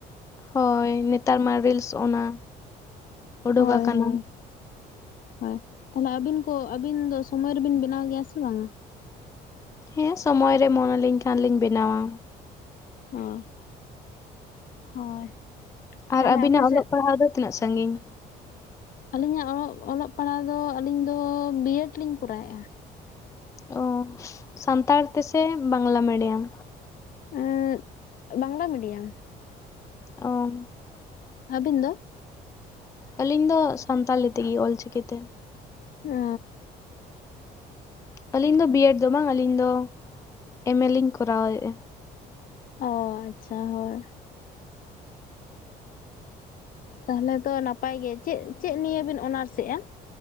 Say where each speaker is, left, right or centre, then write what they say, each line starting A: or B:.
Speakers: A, on the left; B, on the left.
A: ᱦᱳᱭ ᱱᱮᱛᱟᱨ ᱢᱟ ᱨᱤᱞᱥ ᱚᱱᱟ ᱩᱰᱩᱠ
B: ᱦᱳᱭ
A: ᱟᱠᱟᱱᱟ
B: ᱦᱳᱭ ᱦᱳᱭ ᱛᱟᱦᱞᱮ ᱟᱹᱵᱤᱱ ᱠᱚ ᱟᱹᱵᱤᱱ ᱫᱚ ᱥᱚᱢᱚᱭ ᱨᱮᱵᱤᱱ ᱵᱮᱱᱟᱣ ᱜᱮᱭᱟ ᱥᱮ ᱵᱟᱝᱟ
A: ᱦᱮᱸ ᱥᱚᱢᱳᱚᱭ ᱨᱮ ᱢᱚᱱ ᱞᱤᱧ ᱠᱷᱟᱱ ᱞᱤᱧ ᱵᱮᱱᱟᱣᱟ
B: ᱦᱮᱸ ᱦᱳᱭ
A: ᱟᱨ
B: ᱛᱟᱦᱚᱞᱮ
A: ᱟᱵᱤᱱᱟᱜ
B: ᱟᱯᱮ
A: ᱚᱞᱚᱜ
B: ᱥᱮᱫ
A: ᱯᱟᱲᱦᱟᱣ ᱫᱚ ᱛᱤᱱᱟᱹᱜ ᱥᱟᱺᱜᱤᱧ
B: ᱟᱹᱞᱤᱧᱟᱜ ᱚᱞᱚᱜ ᱚᱞᱚᱜ ᱯᱟᱲᱦᱟᱣ ᱫᱚ ᱟᱹᱞᱤᱧ ᱫᱚ ᱵᱤᱭᱮᱰ ᱞᱤᱧ ᱠᱚᱨᱟᱣᱮᱫᱼᱟ,
A: ᱚ ᱥᱟᱱᱛᱟᱲ ᱛᱮᱥᱮ ᱵᱟᱝᱞᱟ ᱢᱤᱰᱤᱭᱟᱢ,
B: ᱮᱸᱫ ᱵᱟᱝᱞᱟ ᱢᱤᱰᱤᱭᱟᱢ,
A: ᱚ
B: ᱟᱵᱤᱱ ᱫᱚ
A: ᱟᱹᱞᱤᱧ ᱫᱚ ᱥᱟᱱᱛᱟᱞᱤ ᱛᱮ ᱤᱭᱟᱹ ᱚᱞᱪᱤᱠᱤ ᱛᱮ
B: ᱚ
A: ᱟᱞᱤᱧ ᱫᱚ ᱵᱤᱭᱮᱰ ᱫᱚ ᱵᱟᱝ ᱟᱹᱞᱤᱧ ᱫᱚ ᱮᱢ ᱮ ᱞᱤᱧ ᱠᱚᱨᱟᱣᱮᱫᱼᱟ
B: ᱚ ᱟᱪᱪᱷᱟ ᱦᱳᱭ ᱛᱟᱦᱚᱞᱮ ᱫᱚ ᱱᱟᱯᱟᱭ ᱜᱮ ᱪᱮᱫ ᱪᱮᱫ ᱱᱤᱭᱟᱹᱮ ᱵᱮᱱ ᱚᱱᱟᱨᱥ ᱮᱫᱼᱟ